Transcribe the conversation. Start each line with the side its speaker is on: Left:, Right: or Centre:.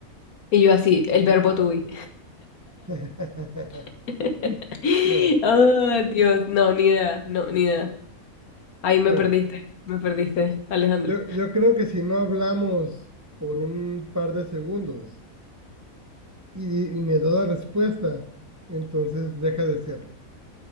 Left: y yo así, el verbo to be.
Right: <laughs>
Left: <laughs>
Right: No,
Left: Ah, Dios, no, ni idea, no, ni idea. Ahí me
Right: bueno.
Left: perdiste, me perdiste, Alejandro.
Right: Yo, yo creo que si no hablamos por un par de segundos y, di- y me da la respuesta, entonces deja de serlo.